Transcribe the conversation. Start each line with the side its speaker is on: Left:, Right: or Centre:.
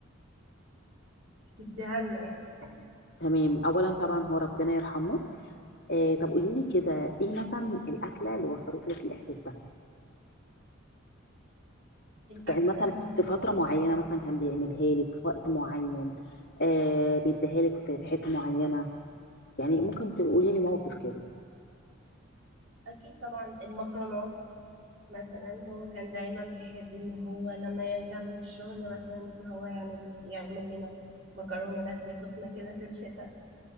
Right: بتديها لنا يعني
Left: تمام اولا طبعا هو ربنا يرحمه آه، طب قولي لي كده ايه مثلا الاكله اللي وصلت لك الاحساس ده
Right: الاكله
Left: يعني مثلا
Right: ال-
Left: في فترة معينة مثلا كان بيعملها لك في وقت معين آه بيديها لك في في حتة معينة يعني ممكن تقولي لي موقف كده
Right: اكيد طبعا المكرونات مثلا هو كان دايما بيحب ان هو لما يرجع من الشغل مثلا إن هو يعمل يعمل لنا مكرونه دافيه سخنه كده في الشتاء